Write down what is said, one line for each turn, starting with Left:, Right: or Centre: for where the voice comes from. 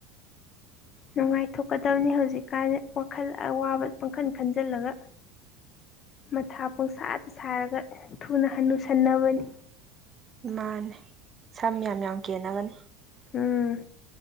Left: ꯅꯨꯡꯉꯥꯏꯊꯣꯛꯀꯗꯕꯅꯤ ꯍꯧꯖꯤꯛꯀꯥꯟ ꯋꯥꯈꯜ ꯑꯋꯥꯕ ꯄꯥꯡꯈꯟ ꯈꯟꯖꯤꯜꯂꯒ ꯃꯊꯥ ꯄꯣꯡꯁꯥꯗ ꯁꯥꯔꯒ ꯊꯨꯅ ꯍꯅꯨꯁꯟꯅꯕꯅꯤ
Right: ꯃꯥꯅꯦ ꯁꯝ ꯌꯥꯝ ꯌꯥꯝ ꯀꯦꯟꯅꯅꯕꯅꯦ
Left: ꯎꯝ